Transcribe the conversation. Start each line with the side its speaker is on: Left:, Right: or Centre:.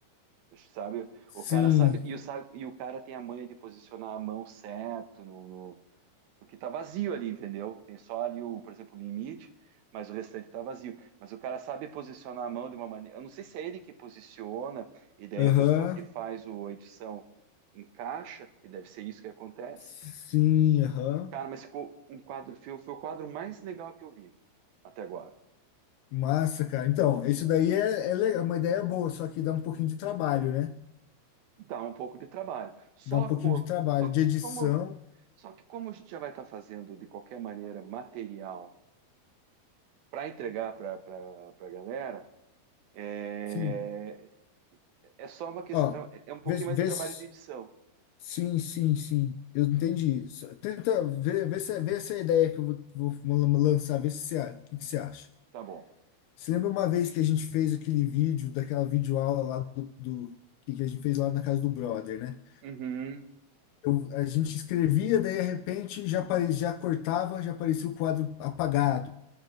Right: Sabe?
Left: Sim,
Right: O cara sabe e o, sa- e o cara tem a manha de posicionar a mão certo no, no- porque tá vazio ali, entendeu? Tem só ali o, por exemplo, o limite, mas o restante tá vazio. Mas o cara sabe posicionar a mão de uma maneira. Eu não sei se é ele que posiciona e daí
Left: aham,
Right: a pessoa que faz o, a edição encaixa, e deve ser isso que acontece.
Left: sim, aham.
Right: Cara, mas ficou um quadro, foi, foi o quadro mais legal que eu vi até agora.
Left: Massa, cara. Então, isso daí é, é legal, uma ideia boa, só que dá um pouquinho de trabalho, né?
Right: Dá um pouco de trabalho. Só,
Left: Dá um pouquinho
Right: co-
Left: de trabalho,
Right: só que
Left: de edição,
Right: como, só que como a gente já vai estar fazendo de qualquer maneira material para entregar para a galera, é,
Left: sim.
Right: é só uma questão,
Left: Ó,
Right: é é um pouquinho
Left: vê, vê,
Right: mais de trabalho
Left: se-
Right: de edição.
Left: sim, sim, sim, eu entendi. Só- Tenta ver, ver, se- ver essa ideia que eu vou, vou lan- lançar, ver se você, a- o que que você acha.
Right: Tá bom.
Left: Você lembra uma vez que a gente fez aquele vídeo, daquela videoaula lá do, do- que que a gente fez lá na casa do brother, né?
Right: Uhum,
Left: Eu, a gente escrevia, daí de repente já, apare, já cortava, já aparecia o quadro apagado.